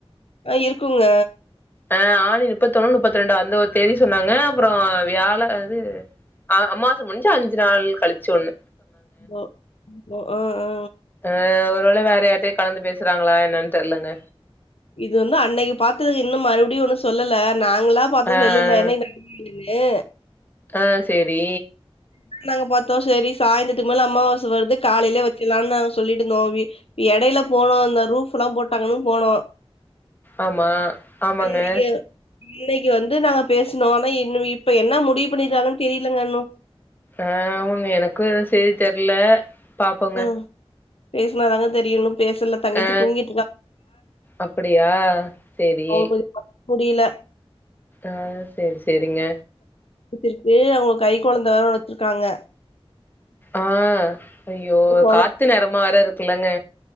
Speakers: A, on the left; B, on the left.
A: ஆ இருக்குங்க
B: ஆ ஆணி முப்பத்து ஒன்னு முப்பத்து ரெண்டு அந்த ஒரு தேதி சொன்னாங்க அப்றோ வியாழ அது அ அம்மாவாச முடிஞ்சி அஞ்சு நாள் கழிச்சி ஒன்னு
A: ஓ ஓ அ அ
B: ஆ ஒரு வேள வேற யார்கிட்டயு கலந்து பேசுறாங்களா என்னன்னு தெர்லங்க
A: இது வந்து அன்னைக்கு பாத்ததுக்கு இன்னு மறுபடியு ஒன்னு சொல்லல்ல நாங்களா பாத்த
B: ஆ
A: செல்லுல என்னைக்கினு இல்லே
B: ஆ சேரி
A: வீட்ல நாங்க பாத்தோ சேரி சாய்ந்தரத்துக்கு மேல அம்மாவாச வருது காலைலேயே வெச்சிட்லாம்னு நாங்க சொல்லிட்டு இருந்தோ வீட் எடைல போனோ இந்த ரூஃப்லா போட்டாங்கன்னு போனோ
B: ஆமா ஆமாங்க
A: அன்னைக்கு பிள்ளைக்கு வந்து நாங்க பேசுனோ ஆனா இன்னு இப்ப என்ன முடிவு பண்ணியிருகுறாங்கன்னு தெரிலங்க இன்னு
B: ஆமாங்க எனக்கு எதுவு சேதி தெர்ல பாப்போங்க
A: ம் பேசுனாதாங்க தெரியு பேசுல தங்கச்சி
B: ஆ
A: தூங்கிட்டு இருந்தாங்க
B: அப்படியா சேரி
A: அவுங்க கொஞ்சோ முடியல
B: ஆ சேரி சேரிங்க
A: புச்சிருக்கு அவுங்க கை கொழந்த வேர வெச்சிருக்காங்க
B: ஆ ஐயோ
A: இந்த கொழ
B: காத்து நேரமா வேற இருக்குலங்க